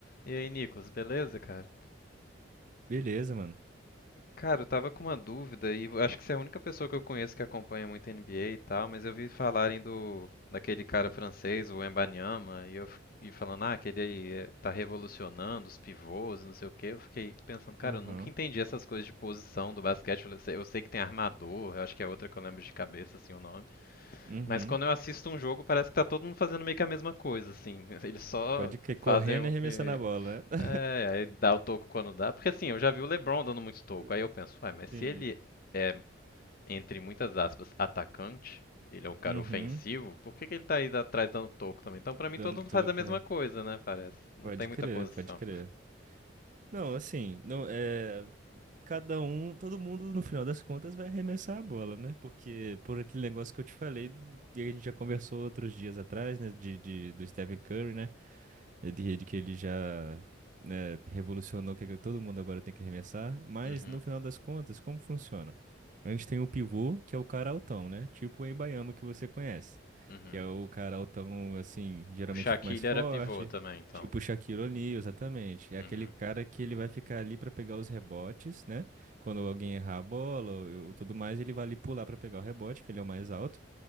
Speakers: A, on the left; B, on the right.
A: E aí, Nicolas, beleza, cara?
B: Beleza, mano.
A: Cara, eu tava com uma dúvida e acho que você é a única pessoa que eu conheço que acompanha muito NBA e tal, mas eu vi falarem do daquele cara francês, o Wembanyama, e eu f- e falando, ah, aquele aí eh, tá revolucionando os pivôs, e não sei o quê. Eu fiquei pensando, cara,
B: Aham.
A: eu nunca entendi essas coisas de posição do basquete. Eu sei, eu sei que tem armador, eu acho que é outra que eu lembro de cabeça assim o nome.
B: Uhum.
A: Mas quando eu assisto um jogo, parece que tá todo mundo fazendo meio que a mesma coisa, assim. <laughs> Eles só
B: Pode que correndo
A: fazem o
B: e arremessando
A: que.
B: a bola, né?
A: É, aí dá o toco quando dá. Porque assim, eu já vi o LeBron dando muito toco.
B: <laughs>
A: Aí eu penso, uai, mas
B: Sim.
A: se ele é, entre muitas aspas, atacante, ele é um cara
B: Uhum.
A: ofensivo, por que que ele tá aí da- atrás dando toco também? Então pra
B: Dá
A: mim todo
B: um
A: mundo
B: toco,
A: faz a mesma
B: né?
A: coisa, né? Parece. Não
B: Pode
A: tem muita
B: crer,
A: posição.
B: pode crer. Não, assim, não é. cada um, todo mundo no final das contas vai arremessar a bola, né? Porque por aquele negócio que eu te falei, e a gente já conversou outros dias atrás, né? De, de- do Stephen Curry, né? É, De, de que ele já, né, revolucionou que todo mundo agora tem que arremessar. Mas
A: Uhum,
B: no final das contas, como funciona? A gente tem o pivô, que é o cara altão, né? Tipo o Embaiama que você conhece.
A: uhum.
B: Que é o cara altão, assim, geralmente
A: O Shaquille
B: mais forte
A: era pivô também, então.
B: Tipo o Shaquille O'Neal, exatamente. É
A: Uhum,
B: aquele cara que ele vai ficar ali pra pegar os rebotes, né? Quando alguém errar a bola ou ou tudo mais, ele vai ali pular pra pegar o rebote, que ele é o mais alto.